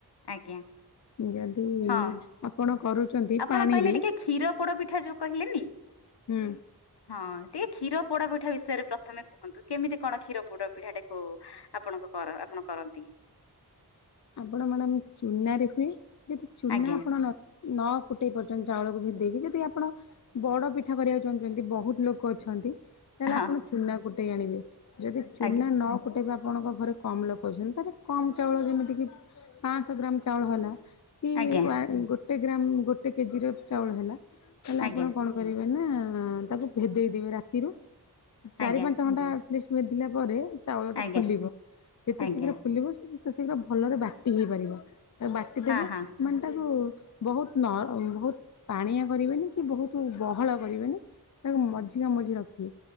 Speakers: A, on the left; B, on the left.
A: ଆଜ୍ଞା।
B: ଯଦି
A: ହଁ
B: ଆପଣ କରୁଛନ୍ତି
A: ଆପଣ
B: ପାଣିରେ
A: କହିଲେ ଟିକେ କ୍ଷୀର ପୋଡ ପିଠା ଯୋଉ କହିଲେନି
B: ହୁଁ।
A: ହଁ ଟିକେ କ୍ଷୀର ପୋଡ ପିଠା ବିଷୟରେ ପ୍ରଥମେ କୁହନ୍ତୁ କେମିତି କଣ କ୍ଷୀର ପୋଡପିଠା ଟାକୁ ଆପଣଙ୍କ କର ଆପଣ କରନ୍ତି?
B: ଆପଣ ମ୍ୟାଡ଼ାମ ଚୁନାରେ ହୁଏ ଯଦି ଚୁନା
A: ଆଜ୍ଞା
B: ଆପଣ ନ ନା କୁଟେଇ ପାରୁଛନ୍ତି ଚାଉଳକୁ ଭିଦେଇେଇକି ଯଦି ଆପଣ ବଡ ପିଠା କରିବାକୁ ଚାହୁଁଛନ୍ତି ବହୁତ ଲୋକ ଅଛନ୍ତି? ତାହେଲେ
A: ହଁ
B: ଆପଣ ଚୁନା କୁଟେଇ ଆଣିବେ ଯଦି ଚୁନା
A: ଆଜ୍ଞା
B: ନକୁଟେଇବ ଆପଣଙ୍କ ଘରେ କମ୍ ଲୋକ ଅଛନ୍ତି ତାହଲେ କମ୍ ଚାଉଳ ଯେମିତି କି ପାଂଶହ ଗ୍ରାମ ଚାଉଳ ହେଲା। କି
A: ଆଜ୍ଞା
B: ୱାନ୍ ଗୋଟେ ଗ୍ରାମ୍ ଗୋଟେ କେଜି ର ଚାଉଳ ହେଲା ତାହେଲେ
A: ଆଜ୍ଞା
B: ଆପଣ କଣ କରିବେ ନା ତାକୁ ଭେଦେଇଦବେ ରାତିରୁ ଚାରି
A: ଆଜ୍ଞା
B: ପାଞ୍ଚ ଘଣ୍ଟା ଲିଷ୍ଟ ମେ ଥିଲା ପରେ ଚାଉଳଟା
A: ଆଜ୍ଞା
B: ଫୁଲିବ ଯେତେ
A: ଆଜ୍ଞା
B: ଶୀଘ୍ର ଫୁଲିବ ସେ ସେତେ ଶୀଘ୍ର ଭଲରେ ବାଟି ହେଇପାରିବ ତାକୁ ବାଟି ଦେବେ
A: ହଁ ହଁ
B: ମାନେ ତାକୁ ବହୁତ ନର୍ ବହୁତ ପାଣିଆ କରିବେନି କି ବହୁତ ବହଳ କରିବେନି ତାକୁ ମଝିକା ମଝି ରଖିବେ।